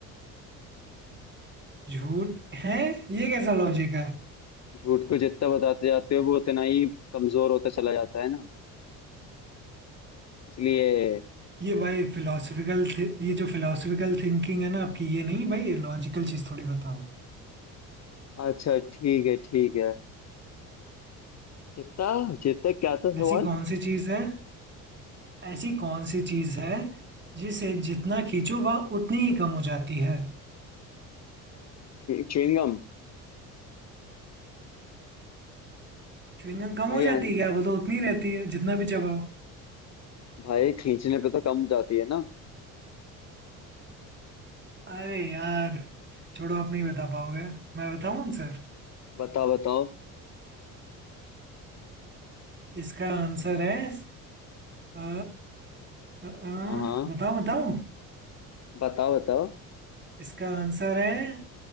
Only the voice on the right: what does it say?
झूठ है ये कैसा लॉजिक है
ये भाई फिलोसफिकल ये जो फिलोसफिकल थिंकिंग है ना आपकी ये नहीं भाई ये लॉजिकल चीज थोड़ी बताओ
ऐसी कौन सी चीज है ऐसी कौन सी चीज है जिसे जितना खींचो वह उतनी ही कम हो जाती है
च्युइंग गम कम
हो
जाती है क्या वो तो उतनी ही रहती है जितना भी चबाओ
अरे यार छोड़ो आप नहीं बता पाओगे मैं बताऊं आंसर
इसका आंसर है अ, अ, अ,
बताओ बताओ
इसका आंसर है